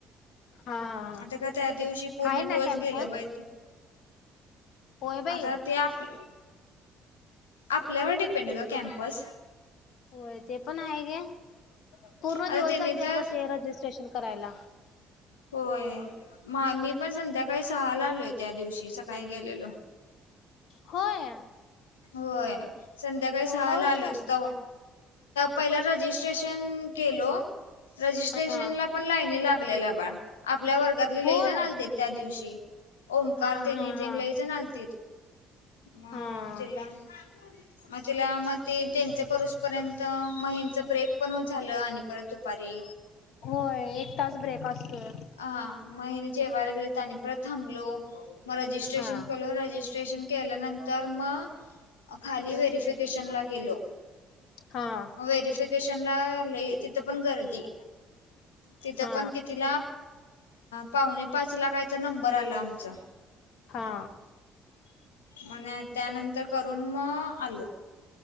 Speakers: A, on the left; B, on the left.
A: हा हा हा.
B: आता का त्या दिवशी पूर्ण
A: हाय ना
B: दिवस
A: कॅम्पस
B: गेलं बैत
A: होय बाई
B: आता ते आप आपल्यावर डिपेंड का कॅम्पस
A: होय ते पण आहे गे पूर्ण
B: आता
A: दिवस
B: त्यानी
A: जाते
B: तर
A: अग ते रजिस्ट्रेशन करायला
B: होय म मी पण संध्याकाळी सहाला आलोय त्या दिवशी सकाळी गेलेलो
A: होय
B: होय संध्याकाळी
A: एवढा
B: सहाला
A: हुशार
B: आलोसत पहिलं रजिस्ट्रेशन केलो रजिस्ट्रेशन
A: हा
B: ला पण लाइनी लागलेल्या बा आपल्या वर्गात ले
A: होय.
B: लईजण आलते त्या दिवशी ओंकार
A: हा
B: देनी
A: हा
B: ते
A: हा.
B: लईजण आलते मा
A: हा
B: तिला मग तिला मग ते त्यांच करूसपर्यंत महिनच ब्रेक पण झालं आणि परत दुपारी
A: होय एक तास ब्रेक असतोय
B: हा मगनी जेवर गेले त्यानी पर थांबलो मग रजिस्ट्रेशन
A: हा.
B: केलो र े केल्यानंतर मग खाली व्हेरफिकेशन ला गेलो
A: हा
B: व्हेरीिफिकेशनला ल तिथं पण गर्दी तिथं
A: हा
B: पण कितीिला पाहुणे पाचला कायचा नंबर आला आमचां
A: हा
B: मण त्यानंतर करून मग आलो